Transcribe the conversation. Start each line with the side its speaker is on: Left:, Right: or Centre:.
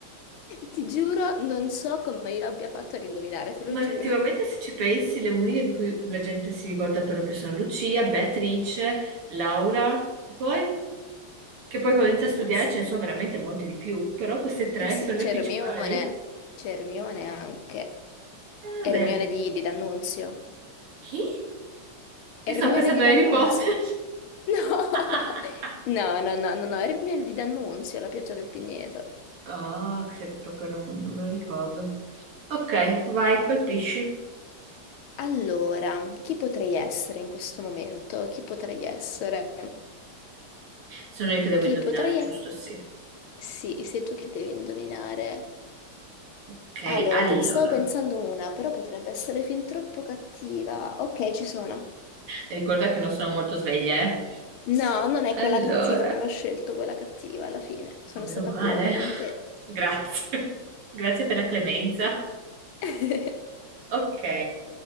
Left: Ti giuro, non so come io abbia fatto ad indovinare, te lo
Right: Ma
Left: giuro.
Right: effettivamente se ci pensi, le uniche di cui la gente si ricorda per lo più sono Lucia, Beatrice, Laura, e poi che poi quando inizia
Left: E
Right: a studiare
Left: basta.
Right: ce ne sono veramente molti di più, però queste tre
Left: Eh sì,
Right: sono
Left: c'è
Right: le principali.
Left: Ermione.
Right: Eh,
Left: C'è Ermione anche. Ermione
Right: davvero.
Left: di, di D'Annunzio.
Right: Chi?
Left: Ermione
Right: Mi sto pensando
Left: di D'Annunzio.
Right: a Harry Potter.
Left: No,
Right: <laughs>
Left: <laughs> no, no, no, no, no, Ermione di D'Annunzio, la pioggia del Pigneto.
Right: Ah, questo che proprio non, non me lo ricordo. Ok, vai, colpisci.
Left: Allora, chi potrei essere in questo momento? Chi potrei essere?
Right: Sono io che devo
Left: Chi
Right: indovinare,
Left: potrei
Right: giusto?
Left: essere?
Right: Sì.
Left: Sì, sei tu che devi indovinare.
Right: Ok,
Left: Allora,
Right: allora.
Left: te ne stavo pensando una, però potrebbe essere fin troppo cattiva. Ok, ci sono.
Right: Ricorda che non sono molto sveglia, eh.
Left: No, non è
Right: Allora,
Left: quella cattiva, non ho scelto quella cattiva alla fine. Sono
Right: ma meno
Left: stata
Right: male.
Left: buona con
Right: <laughs>
Left: te.
Right: Grazie. <laughs> Grazie per la clemenza.
Left: <laughs>
Right: Ok,